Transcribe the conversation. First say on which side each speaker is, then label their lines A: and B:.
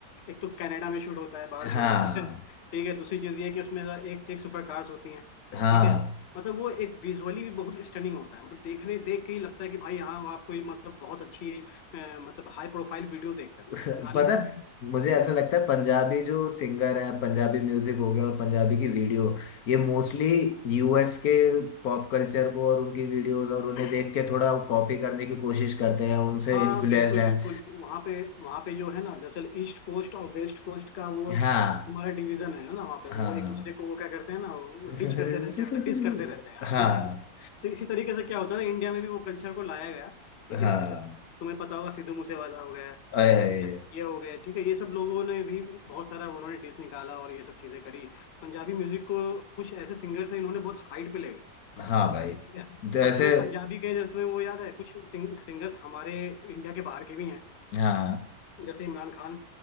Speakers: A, on the left; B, on the left.
A: एक तो कनाडा में शूट होता है बाहर
B: <laughs>
A: शूट
B: हाँ
A: होता है <laughs> ठीक है दूसरी चीज ये है कि उसमें एक से एक सुपर कार्स होती हैं
B: हाँ
A: ठीक है मतलब वो एक विजुअली भी बहुत स्टनिंग होता है मतलब देखने देख के ही लगता है कि भाई हाँ आप कोई मतलब बहुत अच्छी अ, मतलब हाई प्रोफाइल वीडियो देख रहे हो
B: तो
A: गाने
B: पता
A: का
B: है,
A: वीडियो
B: मुझे ऐसा
A: ठीक
B: लगता है पंजाबी जो सिंगर है पंजाबी म्यूजिक हो गया और पंजाबी की वीडियो ये मोस्टली यूएस के पॉप कल्चर को और उनकी वीडियोस और उन्हें
A: है
B: देख के थोड़ा कॉपी करने की कोशिश करते हैं उनसे
A: हाँ
B: इन्फ्लुएंस्ड
A: बिल्कुल
B: हैं
A: बिल्कुल वहाँ पे वहाँ पे जो है ना दरअसल ईस्ट कोस्ट और वेस्ट कोस्ट का वो
B: हाँ
A: तुम्हारा डिवीजन है ना वहाँ पे
B: हाँ
A: वो एक दूसरे को वो क्या करते हैं ना
B: <laughs>
A: डिच करते रहते हैं क्या होता है डिस करते रहते हैं हाँ
B: हाँ
A: डिस करते हैं तो इसी तरीके से क्या होता है ना इंडिया में भी वो कल्चर को लाया गया ठीक
B: हाँ
A: है जैसे तुम्हें पता होगा सिद्धू मूसेवाला हो गया
B: अरे
A: ठीक है ये हो गए ठीक है ये सब लोगों ने भी बहुत सारा उन्होंने डिस निकाला और ये सब चीजें करी पंजाबी म्यूजिक को कुछ ऐसे सिंगर से इन्होंने बहुत हाइट पे ले गए
B: हाँ भाई
A: ठीक है
B: जैसे
A: और तुम्हें पंजाबी के जैसे तुम्हें वो याद है कुछ सिंग, सिंगर्स हमारे इंडिया के बाहर के भी हैं
B: हाँ
A: जैसे इमरान खान